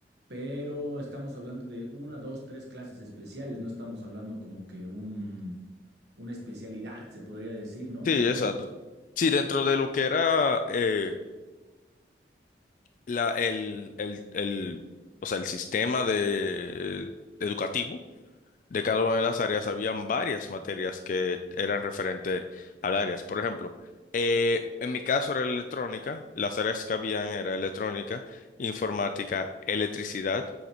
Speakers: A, on the right (about 65°); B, on the left (about 45°).
A: pero estamos hablando de una, dos, tres clases especiales, no estamos hablando como que un, una especialidad, se podría decir, ¿no?
B: Sí,
A: Me parece.
B: exacto. Sí, dentro de lo que era eh, la, el, el, el, o sea, el sistema de, educativo. de cada una de las áreas habían varias materias que eran referentes al áreas. Por ejemplo, eh, en mi caso era electrónica, las áreas que habían era electrónica, informática, electricidad,